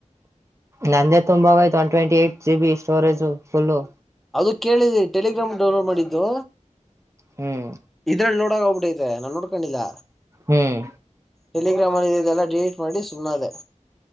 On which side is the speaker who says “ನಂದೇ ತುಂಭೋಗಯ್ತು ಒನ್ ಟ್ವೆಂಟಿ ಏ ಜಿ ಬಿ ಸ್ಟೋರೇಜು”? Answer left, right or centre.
Right